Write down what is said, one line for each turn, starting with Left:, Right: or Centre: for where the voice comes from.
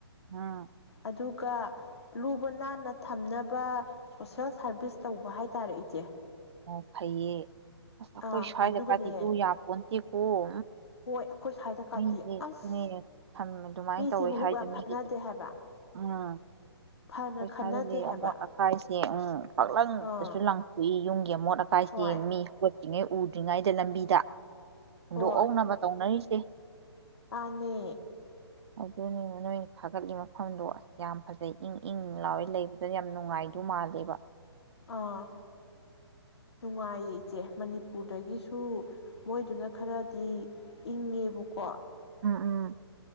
Right: ꯎꯝ
Left: ꯑꯗꯨ ꯑꯗꯨꯒ ꯂꯨꯕ ꯅꯥꯟꯅ ꯊꯝꯅꯕ ꯁꯣꯁꯦꯜ ꯁꯥꯔꯚꯤꯁ ꯇꯧꯕ ꯍꯥꯏꯇꯥꯔꯦ ꯏꯆꯦ
Right: ꯑꯣ ꯐꯩꯌꯦ ꯑꯩꯈꯣꯏ
Left: ꯑꯥ
Right: ꯁꯋꯥꯏ
Left: ꯑꯗꯨꯒꯅꯦ
Right: ꯗꯒꯥꯗꯤ ꯗꯨ ꯌꯥꯄꯣꯟꯇꯤ ꯀ‌ꯣ
Left: ꯍꯣꯏ ꯁ꯭ꯋꯥꯏꯗ ꯀꯥꯇꯤ
Right: ꯃꯤꯗꯤ
Left: ꯑꯁ
Right: <unintelligible> ꯑꯗꯨꯃꯥꯏꯅ
Left: ꯃꯤꯁꯦ
Right: ꯇꯧꯋꯦ
Left: ꯃꯕꯨꯛ
Right: ꯍꯥꯏꯗꯨ
Left: ꯌꯥꯝ ꯐꯠꯅꯗꯦ
Right: ꯃꯤꯒꯤꯗꯤ
Left: ꯍꯥꯏꯕ
Right: ꯎꯝ ꯑꯩꯈꯣꯏ
Left: ꯐꯅ ꯈꯟꯅꯗꯦ
Right: ꯁꯋꯥꯗꯗꯤ
Left: ꯍꯥꯏꯕ
Right: ꯑꯃꯣꯠ ꯑꯀꯥꯏꯁꯦ ꯎꯝ ꯄꯥꯛꯂꯪꯗꯁꯨ
Left: ꯑꯥ
Right: ꯂꯪꯊꯣꯛꯏ ꯌꯨꯝ ꯒꯤ ꯃꯣꯠ ꯑꯀꯥꯏꯁꯤ
Left: ꯍꯣꯏ
Right: ꯃꯤ ꯎꯗ꯭ꯔꯤꯉꯥꯏꯗ ꯂꯝꯕꯤꯗ ꯍꯨꯟꯗꯣꯛꯍꯧꯅꯕ
Left: ꯍꯣꯏ
Right: ꯇꯧꯅꯔꯤꯁꯦ꯫
Left: ꯃꯥꯅꯦ꯫
Right: ꯑꯗꯨꯅꯦ ꯅꯣꯏꯅ ꯊꯥꯒꯠꯂꯤ ꯃꯐꯝꯗꯣ ꯑꯁ ꯌꯥꯝ ꯐꯖꯩ ꯏꯪ - ꯏꯪ ꯂꯥꯎꯋ ꯂꯩꯕꯗ ꯌꯥꯝ ꯅꯨꯡꯉꯥꯏꯗꯧ ꯃꯥꯜꯂꯤꯕ꯫
Left: ꯑꯥ ꯅꯨꯡꯉꯥꯏꯌꯦ ꯏꯆꯦ ꯃꯅꯤ ꯄꯨꯔꯗꯒꯤꯁꯨ ꯃꯣꯏꯗꯨꯅ ꯈꯔꯗꯤ ꯏꯪꯉꯦꯕꯀꯣ꯫
Right: ꯎꯝ -ꯎꯝ꯫